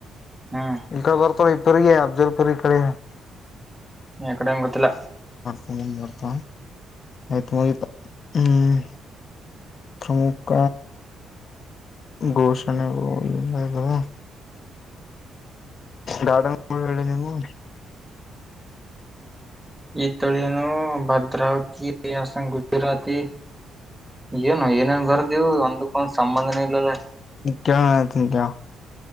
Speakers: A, in the centre; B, on the left.
A: ಹ್ಮ್
B: ಇಂಕ ಬರ್ತಾವ್ ಇಪ್ಪರ್ಗಿ ಅಫಜಲ್ಪುರಿ ಪುರಿ
A: ನೀ ಈ ಕಡೇನು ಗೊತ್ತಿಲ್ಲ.
B: ಬರ್ತ ಅಯ್ತ್ ಮುಗಿತು ಹ್ಮ್ ಪ್ರಮುಖ ಘೋಷಣೆಗಳು ಹ ಗಾರ್ಡನ್ <unintelligible> ನೀವು
A: ಈತಳಿಯನು ಭದ್ರಾ <unintelligible> ಗುಜರಾತಿ ಏನು ಏನೇನ್ ಬರ್ದಿವು ಒಂದಕ್ ಒಂದ್ ಸಂಬಂಧನೆ ಇಲ್ಲಲೆ.
B: ಕೆರನ ತಿಂತ್ಯೋ